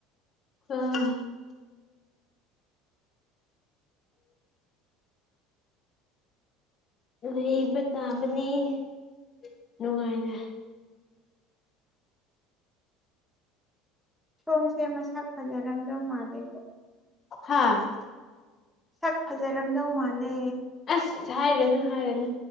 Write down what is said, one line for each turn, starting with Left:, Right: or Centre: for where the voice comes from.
Left: <unintelligible> ꯂꯩꯕ ꯇꯥꯕꯅꯤ ꯅꯨꯡꯉꯥꯏꯅ
Centre: ꯁꯣꯝꯁꯦ ꯃꯁꯛ ꯐꯖꯔꯝꯗꯧ ꯃꯥꯜꯂꯦꯕꯣ
Left: ꯍꯥꯥ
Centre: ꯁꯛ ꯐꯖꯔꯝꯗꯧ ꯃꯥꯜꯂꯦ
Left: ꯢꯁ ꯍꯥꯏꯔꯅꯨ ꯍꯥꯏꯔꯅꯨ